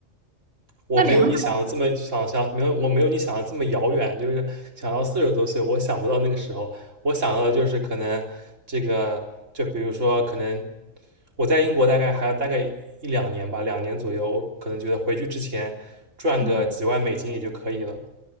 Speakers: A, on the right; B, on the right.
A: 我没有你想的这么想想没有我没有你想的这么遥远，
B: 那两百，
A: 就是想到四十多岁，我想不到那个时候，我想到的就是可能这个，就比如说可能我在英国大概还要大概一两年吧，两年左右，我可能觉得回去之前赚个几万美金也就可以了。
B: 嗯